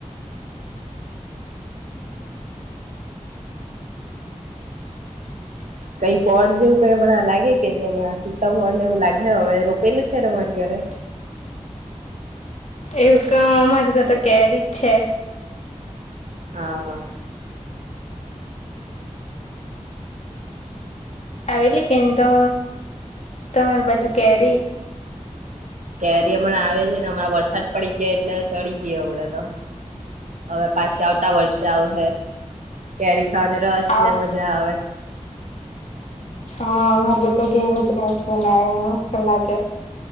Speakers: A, on the left; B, on the right.
A: <inaudible>
B: કઈ ફોલ જેવું કઈ હમણાં લાગે કે ન હમણાં સીતા <unintelligible> ને એવું લાગે હવે પેલુ છે ને મારી ઘરે
A: એવું ક અમારે ત્યાંતો કેરીજ છે
B: હા હ
A: આવેલી કે ન તો તમારી બાજુ કેરી
B: કેરી હમણાં આવે લી ને હમણાં વરસાદ પડી ગયા એટલે ચડી ગયો હડે તો હવે પાછી આવતા વર્ષે આવહે કેરી ને રસ
A: આ
B: ને મજા આવે
A: હા મારે તો તો ઘેરે જ રસ બનાવો મસ્ત લાગે